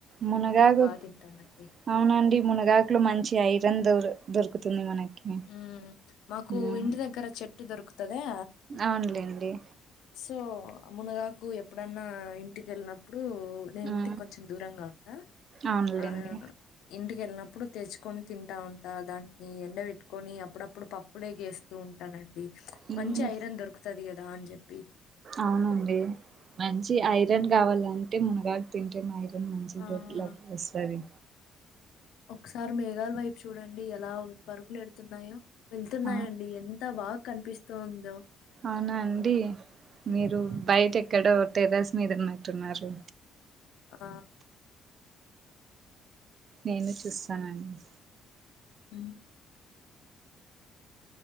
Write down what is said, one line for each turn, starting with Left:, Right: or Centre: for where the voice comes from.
Right: మునగాకు
Left: బా తింటానండి.
Right: అవునండి మునగాకులు మంచి ఐరన్ దొర్ దొరుకుతుంది మనకి
Left: హ్మ్. మాకు
Right: మ్మ్
Left: ఇంటి దగ్గర చెట్టు దొరుకుతదా
Right: అవునులేండి
Left: సో మునగాకు ఎప్పుడన్నా ఇంటి కెళ్నప్పుడు ఇప్పుడు నేను
Right: ఉమ్
Left: ఇంటికి కొంచెం దూరంగా ఉంటా
Right: అవునులేండి
Left: ఆ ఇంటికి వెళ్ళినప్పుడు తెచ్చుకొని తింటా ఉంటా దాన్ని ఎండ పెట్టు కొని అప్పుడప్పుడు పప్పులేకి వేస్తూ ఉంటానండి
Right: ఉమ్
Left: మంచి ఐరన్ దొరుకుతది కదా అని చెప్పి
Right: అవునండి మంచి ఐరన్ కావాలంటే మునగాకు తింటే ఐరన్ మంచి
Left: ఆహ్,
Right: దొడ్లాక్ వస్తాది
Left: ఒకసారి మేఘాల వైపు చూడండి ఎలా పరుగులు పెడుతున్నాయో వెళ్తున్నాయండి
Right: ఆ
Left: ఎంత బాగా కనిపిస్తోందో
Right: అవునా అండి మీరు
Left: ఆహ్,
Right: బయట ఎక్కడో టేరస్ మీద ఉన్నా టున్నారు
Left: ఆ
Right: నేను చూస్తానండి
Left: ఉమ్